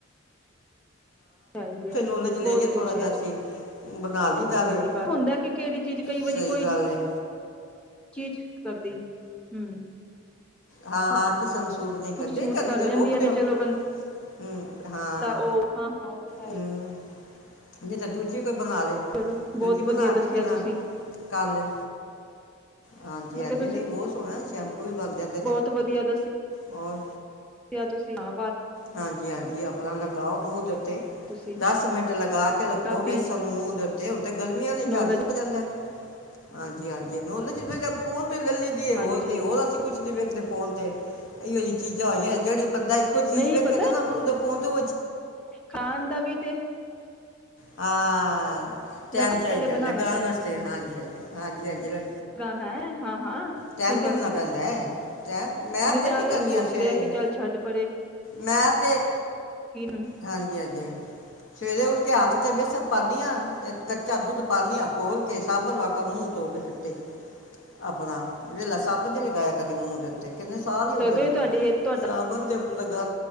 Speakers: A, in the centre; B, on the left (about 75°).
A: ਹੈ ਹੀ ਏ
B: ਨੋਲੇਜ
A: ਬਹੁਤ
B: ਲਈਏ
A: ਕੁਛ
B: ਥੋੜਾ
A: ਆ
B: ਜਿਹਾ
A: ਅੱਜ
B: ਅਸੀਂ ਬਣਾ ਲਈ ਦਾਵੇ
A: ਗੱਲ ਕਰ ਹੁੰਦਾ ਕਿ ਕਿਹੜੀ ਚੀਜ਼ ਕਈ
B: ਸਹੀ
A: ਵਾਰੀ ਕੋਈ
B: ਗੱਲ ਹੈ
A: ਚੀਜ਼ ਕਰਦੀ ਹੂੰ।
B: ਹਾਂ, ਹਾਂ। ਸੂਟ ਨੇ ਕਦੇੇ
A: ਸੂਟ
B: ਕਦੀ
A: ਕਰ
B: ਤੇ
A: ਜਾਂਦੀਆਂ
B: ਰੋਕ
A: ਨੇ
B: ਦਿਓ,
A: ਚਲੋ
B: ਹੂੰ ਹਾਂ
A: ਬੰਦਾ ਉਹ ਹਾਂ ਹਾਂ ਉਹ ਤੇ ਹੈ
B: ਹੂੰ।
A: ਹੀ
B: ਨਹੀਂੇ ਤਾਂ ਦੂਜੇ ਕੋਈ ਬਣਾ ਲਏ
A: ਚਲੋ ਬਹੁਤ
B: ਦੂਜੀ ਬਣਾ
A: ਵਧੀਆ ਦੱਸਿਆ
B: ਕੇ ਕਿ ਨਾ
A: ਤੁਸੀਂ
B: ਕਰ ਲ ਹਾਂਜੀ
A: ਮੈਂ
B: ਹਾਂਜੀ
A: ਕਿਹਾ
B: ਤੁਸੀ ਬਹੁਤ ਸੋਹਣਾ ਸ਼ੈਂਪੂ ਵੀ ਬਣ ਜਾਂਦੇ
A: ਹੁਤ ਵਧੀਆ ਦੱਸੀ
B: ਹੋਰ
A: ਜਾਂ ਤੁਸੀਂ ਆ
B: ਹਾਂਜੀ ਹਾਂਜੀ ਆਪਣਾ ਲਗਾਓ ਮੂੰਹ ਦੇ ਉਤੇ,
A: ਤੁਸੀਂ
B: ਦਸ ਮਿੰਟ ਲਗਾ ਕੇ ਰੱਖੋ
A: ਕਾਫ਼ੀ
B: ਵੇਸਣ ਮੂੰਹ ਦੇਤੇ ਹੁਣ ਤੇ ਗਰਮੀਆਂ ਨ
A: ਨੌਲੇਜ
B: ਝੜ ਸੁੱਕ ਜਾਂਦਾ ਹਾਂਜੀ। ਜੀ ਹਾਂਜੀ ਨੌਲੇਜ <unintelligible> ਫੋਨ ਲੇ ਲੀ ਦੀਏ ਹੋਰ
A: ਹਾਂਜੀ
B: ਹੋਰ ਅਸੀਂ ਕੁਛ ਨ ਵੇਖਦੇ ਫੋਨ ਤੇ ਇਹੋ ਜਿਹੀ ਚੀਜ਼ਾਂ ਆਈਆਂ ਜਿਹੜੀ ਬੰਦਾ ਇੱਕੋ ਚੀਜ਼
A: ਨਹੀਂ
B: ਵੇਖਿਆ
A: ਪਤਾ
B: ਕਰਨਾ ਫੋਨ ਤੋਂ
A: ਖਾਣ ਦਾ ਵੀ ਤੇ
B: ਹਾਂ। ਟੈਮ
A: ਲਗਾ
B: ਚਾਹੀਦਾ
A: ਪਹਿਲੇ ਬਣਾਉਣਾ
B: ਲਗਾਉਣ ਆਸਤੇ ਹਾਂਜੀ ਹ ਹਾਂਜੀ ਹਾਂਜੀ ਲ
A: ਗਾਣਾ ਹੈ ਹਾਂ ਹਾਂ। ਨਹੀਂ
B: ਟੈਮ
A: ਤੇ
B: ਕੱਢਨਾ ਪੈਂਦਾ ਹੈ। ਮੈਂ
A: ਨਹੀਂ
B: ਪਤਾ
A: ਤੇ
B: ਕੀ
A: ਆਹ
B: ਕਰਨੀ
A: ਸੋਚਦੇ
B: ਆ ਸਵੇਰੇ,
A: ਕਿ ਚੱਲ ਛੱਡ ਪਰੇ
B: ਮੈਂ ਤੇ,
A: ਕਿ
B: ਹਾਂਜੀ-ਹਾਂਜੀ ਸਵੇਰੇ ਉਠ ਤੇ ਹੱਥ ਤੇ ਬੇਸਣ ਪਾਦੀਆਂ ਤੇ ਕੱਚਾ ਦੁੱਧ ਪਾਦੀਆ ਖੋਲ ਕੇ ਸਾਬਣ ਮੂੰਹ ਧੋ ਕੇ ਛੁੱਟੀ ਆਪਣਾ। ਵੇਹਲਾ ਸਭ ਦੇ ਲਗਾਇਆ ਕਦੇ ਮੂੰਹ ਤੇ। ਤੇ ਕਿੰਨੇ ਸਾਲ ਹੀ ਹੋ
A: ਤਦੋਂ
B: ਗਏ ਨੇ
A: ਤੁਹਾਡੀ ਤੁਹਾਡਾ
B: ਸਾਬਣ ਤੇ ਲਗਾ